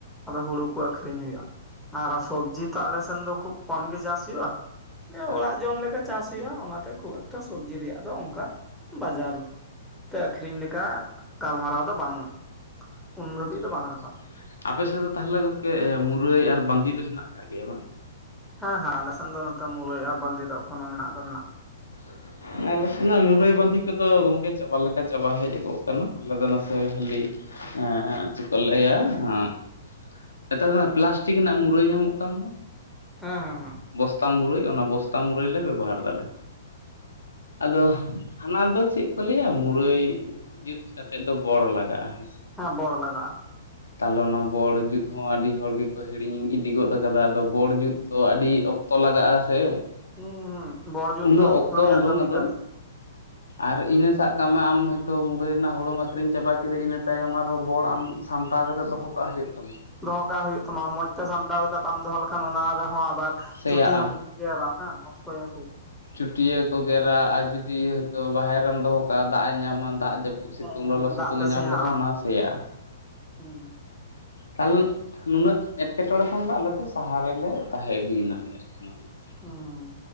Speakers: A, in the centre; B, on the left.
A: ᱟᱫᱚ ᱦᱩᱲᱩ ᱠᱚ ᱟᱹᱷᱨᱤᱧ ᱦᱩᱭᱩᱜᱼᱟ ᱟᱨ ᱥᱚᱵᱽᱡᱤ ᱛᱚ ᱟᱞᱮ ᱥᱮᱱ ᱫᱚ ᱠᱷᱩᱵ ᱠᱚᱢ ᱜᱮ ᱪᱟᱥ ᱦᱩᱭᱩᱜᱼᱟ <unintelligible>
B: ᱟᱪᱪᱷᱟ
A: ᱚᱲᱟᱜ ᱡᱚᱢ ᱞᱮᱠᱟ ᱪᱟᱥ ᱦᱩᱭᱩᱜᱼᱟ ᱚᱱᱟᱛᱮ ᱠᱷᱩᱵ ᱮᱠᱴᱟ ᱥᱚᱵᱽᱡᱤ ᱨᱮᱭᱟᱜ ᱫᱚ ᱚᱱᱠᱟ ᱵᱟᱡᱟᱨ ᱛᱮ ᱟᱠᱷᱨᱤᱧ ᱞᱮᱠᱟ ᱜᱟᱞᱢᱟᱨᱟᱣ ᱫᱚ ᱵᱟᱝ <unintelligible>
B: ᱟᱪᱪᱷᱟ <unintelligible>
A: ᱨᱟᱠᱟᱵᱼᱟ
B: ᱟᱯᱮ ᱥᱮᱫ ᱫᱚ ᱛᱟᱦᱚᱞᱮ ᱜᱚᱝᱠᱮ ᱢᱩᱨᱟᱹᱭ ᱟᱨ ᱵᱟᱸᱫᱤ ᱫᱚ ᱦᱮᱱᱟᱜ ᱟᱠᱟᱜ ᱜᱮᱭᱟ ᱵᱟᱝ
A: ᱦᱮᱸ ᱦᱮᱸ ᱟᱞᱮᱥᱮᱱ ᱫᱚ ᱱᱚᱛᱮ ᱢᱩᱨᱟᱹᱭ ᱟᱨ ᱵᱟᱸᱫᱤ ᱫᱚ ᱮᱠᱷᱚᱱᱚ ᱢᱮᱱᱟᱜ ᱫᱚ ᱢᱮᱱᱟᱜ
B: <inaudible> ᱟᱞᱮ ᱥᱮᱱᱟᱜ ᱢᱩᱨᱟᱹᱭ ᱵᱟᱸᱫᱷᱤ ᱠᱚᱫᱚ ᱜᱚᱝᱠᱮ ᱪᱟᱵᱟ ᱞᱮᱠᱟ ᱪᱟᱵᱟ ᱦᱮᱡᱜᱚᱜ ᱠᱟᱱᱟ ᱟᱞᱮ ᱫᱚ ᱱᱟᱥᱮ ᱠᱷᱟᱹᱞᱤ ᱮᱸ ᱪᱮᱫ ᱠᱚ ᱞᱟᱹᱭᱟ <unintelligible> ᱱᱮᱛᱟᱨ ᱫᱚ ᱯᱞᱟᱥᱴᱤᱠ ᱨᱮᱱᱟᱜ ᱢᱩᱨᱟᱹᱭ ᱧᱟᱢᱚᱜ ᱠᱟᱱ ᱫᱚ
A: ᱦᱮᱸ ᱦᱮᱸ ᱦᱮᱸ
B: ᱵᱚᱥᱛᱟ ᱢᱩᱨᱟᱹᱭ ᱚᱱᱟ ᱵᱚᱥᱛᱟ ᱢᱩᱨᱟᱹᱭ ᱞᱮ ᱵᱮᱵᱚᱦᱟᱨ ᱫᱟᱞᱮ ᱟᱫᱚ ᱦᱟᱱᱟ ᱫᱚ ᱪᱮᱫ ᱠᱚ ᱞᱟᱹᱭᱟ ᱢᱩᱨᱟᱹᱭ ᱡᱩᱛ ᱠᱟᱛᱮ ᱫᱚ ᱵᱚᱲ ᱞᱟᱜᱟᱜᱼᱟ ᱦᱮᱸᱥᱮ
A: ᱦᱮᱸ ᱵᱚᱲ ᱞᱟᱜᱟᱜᱼᱟ
B: ᱛᱟᱦᱞᱮ ᱚᱱᱟ ᱵᱚᱲ ᱡᱩᱛ ᱦᱚᱸ ᱟᱹᱰᱤ ᱦᱚᱲ ᱜᱮ ᱦᱤᱲᱤᱧ ᱤᱫᱤ ᱜᱚᱫ ᱟᱠᱟᱫᱟ ᱟᱫᱚ ᱵᱚᱲ ᱡᱩᱛ ᱫᱚ ᱟᱹᱰᱤ ᱚᱠᱛᱚ ᱞᱟᱜᱟᱜ-ᱟ ᱥᱮ
A: ᱦᱩᱸᱻ ᱵᱚᱲ ᱡᱩᱫ
B: ᱩᱱᱟᱹᱜ
A: ᱫᱚ ᱚᱠᱛᱚ ᱨᱮᱭᱟᱜ
B: ᱩᱰᱩᱝ
A: ᱠᱟᱹᱢᱤ
B: ᱟᱫᱚ
A: ᱠᱟᱱ ᱜᱮᱭᱟ
B: ᱟᱨ ᱤᱱᱟᱹ ᱥᱟᱵ ᱠᱟᱜ ᱢᱮ ᱟᱢ ᱦᱚᱭᱛᱚ ᱢᱩᱲᱟᱹᱭ ᱨᱮᱱᱟᱜ ᱦᱩᱲᱩᱢ ᱟᱹᱠᱷᱨᱤᱧ ᱪᱟᱵᱟ ᱠᱮᱫᱟ ᱤᱱᱟᱹ ᱛᱟᱭᱚᱢ ᱟᱨᱦᱚᱸ ᱵᱚᱲ ᱟᱢ ᱥᱟᱢᱴᱟᱣ ᱠᱟᱛᱮᱜ ᱫᱚᱦᱚᱠᱟᱜ ᱦᱩᱭᱩᱜ ᱛᱟᱢᱟ
A: ᱫᱚᱦᱚ ᱠᱟᱜ ᱦᱩᱭᱩᱜ ᱛᱟᱢᱟ ᱢᱚᱸᱡᱽ ᱛᱮ ᱥᱟᱢᱴᱟᱣ ᱠᱟᱛᱮᱜ ᱵᱟᱢ ᱫᱚᱦᱚ ᱞᱮᱠᱷᱟᱱ ᱚᱱᱟ ᱨᱮᱦᱚᱸ ᱟᱵᱟᱨ
B: ᱥᱮᱭᱟᱜᱼᱟ
A: ᱪᱩᱴᱭᱟ ᱡᱟᱣᱨᱟᱜ-ᱟ ᱦᱟᱜ ᱱᱚᱥᱴᱚᱭ ᱟᱠᱳ ᱾
B: ᱪᱩᱴᱭᱟ ᱠᱚ ᱜᱮᱨᱟ ᱟᱨ ᱡᱩᱫᱤ ᱦᱚᱭᱛᱚ ᱵᱟᱦᱮᱨ ᱨᱮᱢ ᱫᱚᱦᱚ ᱠᱟᱜᱼᱟ ᱫᱟᱜ ᱮ ᱧᱟᱢᱟ ᱫᱟᱜ ᱡᱟᱹᱼᱼ <unintelligible> ᱥᱤᱛᱩᱝ
A: ᱫᱟᱜ ᱮ ᱧᱟᱢᱟ
B: ᱠᱚᱞᱚ ᱥᱤᱛᱩᱝ
A: ᱫᱟᱜ ᱛᱮ
B: ᱮ ᱧᱟᱢ
A: ᱥᱮᱭᱟᱜᱼᱟ
B: ᱞᱮᱠᱷᱟᱱ ᱚᱱᱟ ᱥᱮᱭᱟᱜᱼᱟ
A: ᱦᱩᱸ
B: ᱛᱟᱦᱚᱞᱮ ᱱᱩᱱᱟᱹᱜ ᱮᱴᱠᱮ ᱴᱚᱬᱮ ᱠᱷᱚᱱ ᱫᱚ ᱟᱞᱮ ᱫᱚ ᱥᱟᱦᱟ ᱨᱮᱞᱮ ᱛᱟᱦᱮᱸ ᱤᱫᱤᱭᱮᱱᱟᱞᱮ ᱟᱨᱠᱤ ᱚᱱᱟ ᱦᱚᱛᱮᱡ ᱛᱮ
A: ᱦᱩᱸ